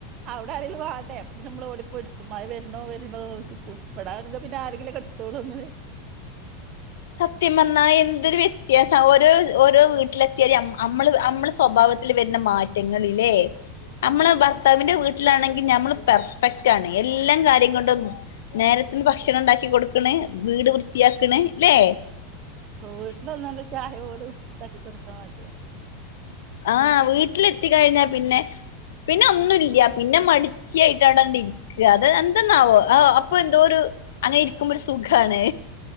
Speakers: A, on the right; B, on the left.
A: അവിടെ ആരെങ്കിലും വാണ്ടേ അപ്പ പിന്നെ നമ്മൾ ഓടി പ്പടുക്കും മഴ വരണോ വര്ണോ നോക്കി നിക്കും ഇവിടെ ആണെങ്ക് പിന്നെ ആരെങ്കിലും എടുത് ത്തോടൊന്നല്ല
B: സത്യം പറഞ്ഞാ എന്തൊരു വ്യത്യാസാ ഓരോ ഓരോ വീട്ടിലെത്തിയാതി അമ്മ അമ്മള് അമ്മളെ സ്വഭാവത്തിൽ വരുന്ന മാറ്റങ്ങള് ല്ലേ നമ്മള്
A: ആ
B: ഭർത്താവിന്റെ വീട് ട്ടിലാണെങ്കിൽ നമ്മൾ പെർഫെക്റ്റ് ആണ് എല്ലാം കാര്യം കൊണ്ടും നേരത്തിന്ന് ഭക്ഷണം ഉണ്ടാക്കി കൊടുക്കണ് വീട് വൃത്തിയാക്കണ് ല്ലേ
A: വീട്ടിലൊന്നാണ്ട് ചായ പോലും ഉണ്ടാക്കി കൊടുക്കാൻ മടിയാ
B: ആഹ് വീട്ടിലെത്തിക് കഴിഞ്ഞാൽ പിന്നെ പിന്നെ ഒന്നും ഇല്ല്യ പിന്നെ മടിച് ച്ചിയായിട്ട് അവിടങ്ങടിരിക്കാ ത് എന്തന്നാവോ
A: ആ.
B: അ അപ്പൊ എന്തോ ഒരു അങ്ങനെ ഇരിക്കുമ്പോ ഒരു സുഖാണ്